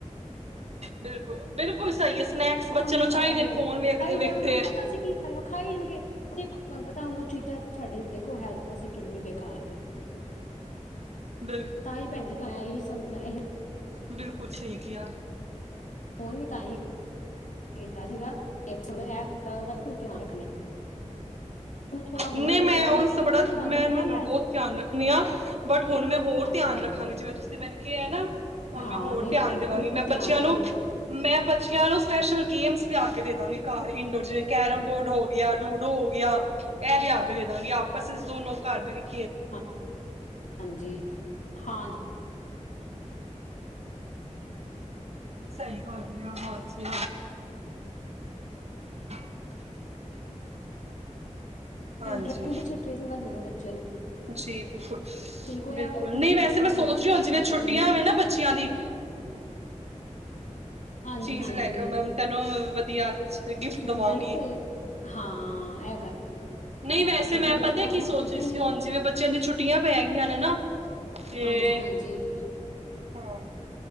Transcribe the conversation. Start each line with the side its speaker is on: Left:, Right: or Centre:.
Right: ਬਿਲਕੁਲ-ਬਿਲਕੁਲ ਸਹੀ ਏ ਸਨੈਕਸ ਬੱਚੇ
Left: ਸਾਮਨੇ
Right: ਨੂੰ
Left: ਖਾ
Right: ਚਾਹੀਦੇ
Left: ਰਹੇ
Right: ਨੇ
Left: ਓ
Right: ਫੋਨ ਵੇਖਦੇ
Left: ਖਾਈ ਜਾਓ,
Right: ਵੇਖਦੇ।
Left: ਉਨਾ ਨੂੰ ਪਤਾ ਅਸੀ ਕੀ ਖਾ ਰਹੇ ਖਾਈ ਜਾਨਗੇ ਦੇਖੋ ਤੁਹਾਨੂੰ ਪਤਾ ਹੁਨ ਓ ਚੀਜ਼ਾਂ, ਸਾਡੇ ਦੇਖੋ ਹੈਲਥ ਵਾਸਤੇ ਕਿੰਨੀ ਬੇਕਾਰ ਨੇ
Right: ਬਿਲ
Left: ਤਾਂ ਈ ਭੈਨ ਜੀ ਮੈਂ ਏਹੀ ਸਮਝਾ ਇਹੀ
Right: ਬਿਲਕੁਲ ਸਹੀ ਕਿਆ।
Left: ਫੋਨ ਵੀ ਤਾਹੀਂ। ਕੀਤਾ ਸੀਗਾ ਤੇ <unintelligible> ਧਿਆਨ <unintelligible> ਹੋਰ
Right: ਨਈ
Left: ਵਰਚਾਓ
Right: ਮੇ ਓਜਂ
Left: ਨਹੀਂ
Right: ਤਾ
Left: ਤੇ
Right: ਬੜਾ
Left: ਕੋਈ ਗੱਲ ਨੀ
Right: ਮੈਂ
Left: ਨਾਲ
Right: ਨਈ ਮੈਂ
Left: ਲੈ
Right: ਬੋਤ
Left: ਜਾਓ
Right: ਧੇਆਨ ਰੱਖਨੀ ਆ, ਬਟ ਹੋਨ ਮੈ ਹੋਰ
Left: ਹਾਂਜੀ
Right: ਧੇਆਨ
Left: ਹਾਂਜੀ
Right: ਰੱਖਾਂਗੀ ਜਿਵੇਂ ਤੁਸੀ ਮੈਨੂੰ ਕੇਆ ਏ ਨਾ। ਹੁਨ
Left: ਹਾਂ
Right: ਮੈਂ ਹੋਰ
Left: ਨਹੀਂ
Right: ਧੇਆਨ
Left: ਭੈਣ
Right: ਦੇਵਾਂਗੀ
Left: ਜੀ ਬਿਲਕੁਲ
Right: ਮੈਂ
Left: ਧਿਆਨ
Right: ਬੱਚੇਆਂ
Left: ਰੱਖਣਾ
Right: ਨੂੰ ਮੈਂ ਬੱਚਿਆਂ ਨੂੰ ਸਪੈਸ਼ਲ ਗੇਮਸ ਲੇਆ ਕੇ ਦੇ ਦਾਂਗੀ ਕਰ <unintelligible> ਜਿਵੇਂ ਕੈਰਮ ਬੋਡ ਹੋ ਗਿਆ, ਲੂਡੋ ਹੋ ਗਿਆ। ਏਹ ਲੇਆ ਕੇ ਦੇ ਦਾਂਗੀ ਆਪਸ‌ ਚ ਦੋਨੋ ਕਰ ਬੈਕੇ
Left: <unintelligible> ਹਾਂਜੀ ਹਾਂ
Right: ਸਹੀ ਗੱਲ ਏ <inaudible> ਹਾਂਜੀ,
Left: ਡਰਾਇੰਗ ਵਿੱਚ ਟ੍ਰੇਸਿੰਗ ਵਾਲੀ ਬੋਲੋ ਬੱਚੇ ਨੂੰ
Right: ਜੀ ਬਿਲਕੁਲ,
Left: ਬੱਚੇ ਨੂੰ ਕੋਈ
Right: ਬਿਲਕੁਲ
Left: ਐਵੇਂ ਐਕਟਿਵ
Right: ਨਈ
Left: ਹੀ ਕਰ
Right: ਵੈਸੇ
Left: ਤੈਨੂੰ
Right: ਮੈਂ ਸੋਚ ਰੀਆ <inaudible> ਜਿਵੇਂ
Left: ਮੈਂ
Right: ਛੁੱਟੀਆਂ
Left: ਤੈਨੂੰ
Right: ਹੋਵੇ ਨਾ ਬੱਚਿਆਂ ਦੀ
Left: ਹਾਂਜੀ
Right: ਚੀਜ਼
Left: ਹਾਂਜੀ
Right: ਲੈ ਕੇ <inaudible> ਵਧੀਆ ਗਿਫਟ
Left: ਛੁੱਟੀਆਂ
Right: ਦਵਾਂਗੀ,
Left: ਨੇ ਤੇ ਹਾਂ ਇਹ ਗੱਲ
Right: ਨਈ ਵੈਸੇ
Left: ਬਿਲਕੁਲ
Right: ਮੈਂ
Left: ਠੀਕ ਹੈ ਬੱਚੇ
Right: ਪਤਾ
Left: ਕਲਾਸ
Right: ਕੀ
Left: ਨੂੰ ਕਰਦੇ
Right: ਸੋਚ ਰਹੀ
Left: ਨੇ
Right: ਸੀ ਹੁਨ ਜਿਵੇਂ ਬੱਚਿਆਂ ਦੀਆਂ ਛੁੱਟੀਆਂ ਪੈ ਗੀਆਂ ਨੇ ਨਾ ਤੇ
Left: ਹਾਂਜੀ, ਹਾਂਜੀ।
Right: ਹਾਂ